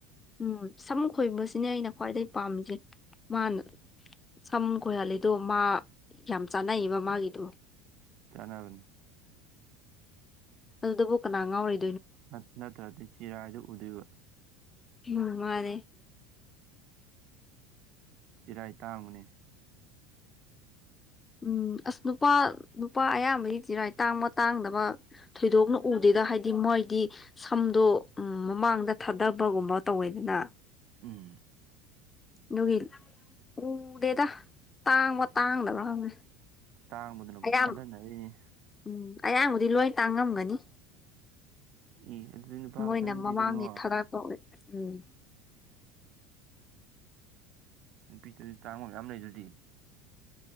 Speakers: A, on the left; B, on the right.
A: ꯎꯝ ꯁꯝ ꯈꯣꯏꯕꯁꯤꯅꯦ ꯑꯩꯅ ꯈ꯭ꯋꯥꯏꯗꯒꯤ ꯄꯥꯝꯃꯤꯖꯦ ꯃꯥꯅ ꯁꯝ ꯈꯣꯏꯍꯜꯂꯤꯗꯣ ꯃꯥ ꯌꯥꯝ ꯆꯥꯅꯩꯕ ꯃꯥꯒꯤꯗꯣ
B: ꯆꯥꯅꯕꯅꯤ
A: ꯑꯗꯨꯗꯕꯨ ꯉꯥꯎꯔꯣꯢ
B: ꯅꯠ ꯅꯠꯇ꯭ꯔꯗꯤ ꯆꯤꯔꯥꯢꯗꯣ ꯎꯗꯨꯢꯕ
A: ꯎꯝ ꯃꯥꯟꯅꯦ
B: ꯆꯤꯔꯥꯏ ꯇꯥꯡꯕꯅꯦ
A: ꯎꯝ ꯑꯁ ꯅꯨꯄꯥ ꯅꯨꯄꯥ ꯑꯌꯥꯝꯕꯒꯤ ꯆꯤꯔꯥꯏ ꯇꯥꯡꯕ ꯇꯥꯡꯗꯕ ꯊꯣꯏꯗꯣꯛꯅ ꯎꯗꯦ ꯗꯥ ꯍꯥꯏꯗꯤ ꯃꯣꯏꯗꯤ ꯁꯝꯗꯣ ꯎꯝ ꯃꯃꯥꯡꯗ ꯊꯥꯙꯕꯒꯨꯝꯕ ꯇꯧꯋꯦꯗꯅꯥ
B: ꯎꯪ
A: ꯑꯗꯨꯒꯤ ꯎꯗꯦ ꯗꯥ ꯇꯥꯡꯕ꯭ꯔꯥ ꯇꯥꯡꯗꯕ꯭ꯔꯥ ꯈꯪꯗꯦ
B: ꯇꯥꯡꯕꯗꯨꯅꯕꯨ
A: ꯑꯌꯥꯝ
B: ꯊꯥꯗꯥꯅꯔꯤꯅꯤ
A: ꯎꯝ ꯑꯌꯥꯝꯕꯗꯤ ꯂꯣꯏ ꯇꯥꯡꯉꯝꯒꯅꯤ
B: ꯏ ꯑꯗꯨꯗꯤ ꯅꯨꯄꯥ
A: ꯃꯣꯏꯅ
B: ꯈꯛꯇꯅꯗꯤ
A: ꯃꯃꯥꯡꯒꯤ
B: ꯀꯩꯅꯣ
A: ꯊꯔꯥꯛ ꯇꯧꯋꯦ ꯎꯪ
B: ꯅꯨꯄꯤꯗꯖꯨ ꯇꯥꯡꯕ ꯌꯥꯝ ꯂꯩꯗꯨꯗꯤ